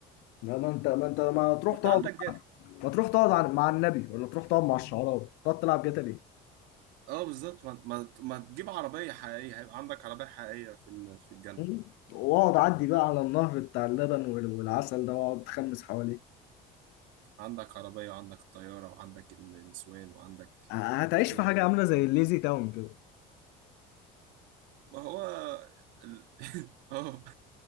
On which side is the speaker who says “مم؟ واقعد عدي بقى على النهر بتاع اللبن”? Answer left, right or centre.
Left